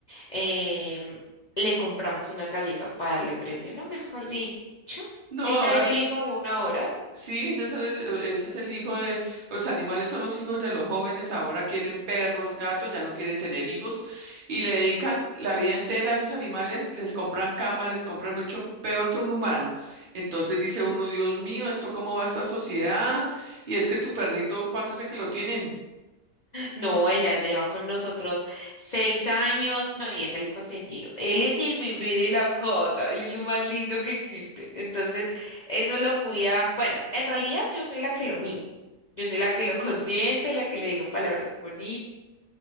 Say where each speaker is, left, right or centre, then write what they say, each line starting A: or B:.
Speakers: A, on the left; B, on the right.
A: em, le compramos unas galletas para darle premio, no, mejor dicho.
B: No,
A: Esa
B: ahora
A: es el hijo de una hora.
B: Sí, ese es el, ese es el hijo de, los animales son los hijos de los jóvenes, ahora quieren perros, gatos, ya no quieren tener hijos y le dedican la vida entera a esos animales, les compran cama, les compran mucho peor que un humano. Entonces dice uno, Dios mío, ¿esto cómo va esta sociedad? Y es que tu perrito, ¿cuánto sé que lo tienen?
A: No, él ya lleva con nosotros seis años. No, y es el consentido. Él es el bebé de la casa. Él es lo más lindo que existe. Entonces, eso lo cuidan. Bueno, en realidad yo soy la que lo mimo. Yo soy la que lo <laughs> consiente, la que le digo palabras bonitas.